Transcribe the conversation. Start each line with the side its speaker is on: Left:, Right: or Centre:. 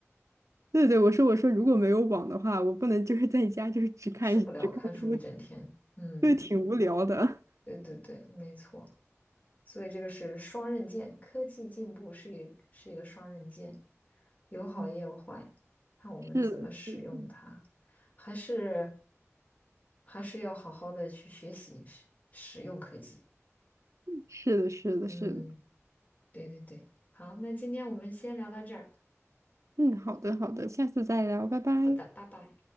Right: <laughs> 对对，我说我说，如果没有网的话，我不能就是在家就是只看只看书，
Left: 受不了看书一整天。嗯，
Right: 对，挺无聊的。
Left: 对对对，没错。所以这个是双刃剑，科技进步是一是一个双刃剑，有好也有坏，
Right: 嗯，
Left: 看我们怎么使用它。
Right: <laughs> 是的，是的，
Left: 还是还是要好好的去学习使使用科技。
Right: 是的，是的，
Left: 嗯，
Right: 是的。
Left: 对对对。好，那今天我们先聊到这儿。
Right: 嗯，好的好的，下次再聊，拜拜。
Left: 好的，拜拜。